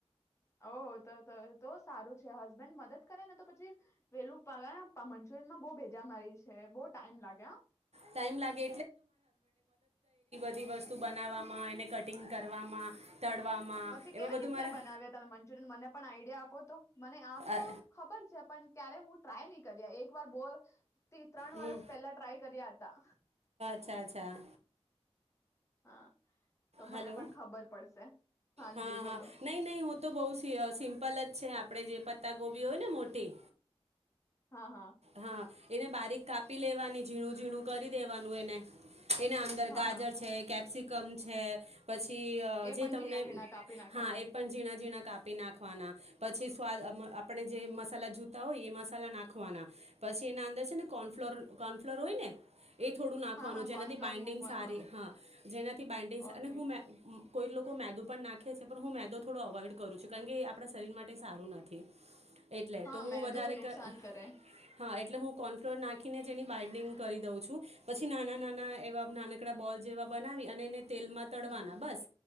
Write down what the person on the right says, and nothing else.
ટાઈમ લાગે ધી વસ્તુ બનાવવામાં એને કટિંગ કરવામાં. તળવામાં
એમાં
બધું
મારા
અ
હમ
છા, અચ્છા.
હલો,
હા, હા,
નહીં, નહીં, હું તો બહુ સિ સિમ્પલ જ છે આપડે જે પણ પતા ગોભી હોય ને મોટી
હા એને બારીક કાપી લેવાની, ઝીણું-ઝીણું કરી દેવાનું એને. એના અંદર
ગાજર
છે, કેપ્સિ કમ છે. પછી અહ
જે
તમને,
હા એ પણ ઝીણા-ઝીણા કાપી નાખવાના, પછી સ્વાદ <unintelligible> આપણે જે મસાલા જોતા હોય એ મસાલા નાખવાના. પછી એના અંદર છે ને કોર્નફ્લોર, કોર્નફ્લોર હોય ને? એ થોડું નાખવાનું,
જેનાથી
બાઇન્ડિંગ
સારી, હા જેનાથી બાઇન્ડિંગ
અને હું મે કોઈ લોકો મેદુ પણ નાખે છે પણ હું મેદો થોડો અવોઇડ કરું છું, કારણ કે એ આપણા શરીર માટે સારું નથી. એટલે
તો હું
વધારે
ક
હા, એટલે હું કોર્ન ફ્લોર નાખીને જ એની બાઈન્ડિંગ કરી દઉં છું, પછી નાના-નાના એવા નાન કડા બોલ જેવા બનાવી અને એને તેલમાં તળવાના,
બસ.